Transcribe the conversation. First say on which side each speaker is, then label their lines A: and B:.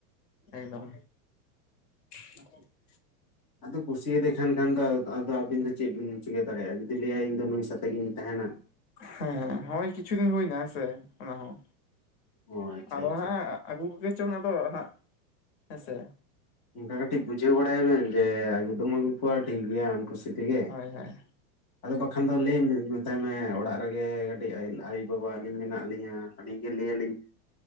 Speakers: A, on the left; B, on the left.
A: ᱮᱠᱫᱚᱢ᱾ <inaudible>
B: ᱟᱫᱚ ᱠᱩᱥᱤᱭᱟᱫᱮ ᱠᱷᱟᱱ ᱠᱷᱟᱱ ᱫᱚ ᱟᱫᱚ ᱟᱵᱤᱱ ᱫᱚ ᱪᱮᱫ ᱵᱤᱱ ᱪᱤᱠᱟᱹ ᱫᱟᱲᱮᱭᱟᱜᱼᱟ, ᱡᱩᱫᱤ ᱞᱟᱹᱭᱟᱭ ᱤᱧᱫᱚ ᱱᱩᱭ ᱥᱟᱸᱛᱮ ᱜᱤᱧ ᱛᱟᱦᱮᱱᱟ᱾
A: ᱦᱮᱸ ᱦᱚᱸᱜᱚᱭ ᱠᱤᱪᱷᱩ ᱫᱤᱱ ᱦᱩᱭᱱᱟ ᱦᱮᱸᱥᱮ ᱚᱱᱟ ᱦᱚᱸ
B: ᱚ ᱟᱪᱪᱷᱟ
A: ᱟᱫᱚ
B: ᱟᱪᱪᱷᱟ
A: ᱦᱮᱸ ᱟᱹᱜᱩ ᱠᱚᱜᱮ ᱪᱚᱝ ᱟᱫᱚ ᱦᱟᱸᱜ, ᱦᱮᱸ ᱥᱮ?
B: ᱚᱱᱠᱟ ᱠᱟᱹᱴᱤᱡ ᱵᱩᱡᱟᱹᱣ ᱵᱟᱲᱟᱭ ᱮᱵᱮᱱ ᱡᱮ ᱟᱹᱜᱩᱫᱚᱢ ᱟᱹᱜᱩ ᱠᱚᱣᱟ ᱴᱷᱤᱠ ᱜᱮᱭᱟ᱾ ᱠᱷᱩᱥᱤ ᱛᱮᱜᱮ
A: ᱦᱳᱭ ᱦᱳᱭ
B: ᱟᱫᱚ ᱵᱟᱠᱷᱚᱱ ᱫᱚ ᱞᱟᱭ ᱢᱮ ᱱᱟᱣᱟ ᱛᱟᱭ ᱢᱮ ᱚᱲᱟᱜ ᱨᱮᱜᱮ ᱠᱟᱹᱴᱤᱡ <unintelligible> ᱟᱭᱩ-ᱵᱟᱵᱟ ᱟᱹᱞᱤᱧ ᱢᱮᱱᱟᱜ ᱞᱤᱧᱟᱹ ᱟᱹᱞᱤᱧ ᱜᱮ ᱞᱟᱹᱭᱟ ᱞᱤᱧ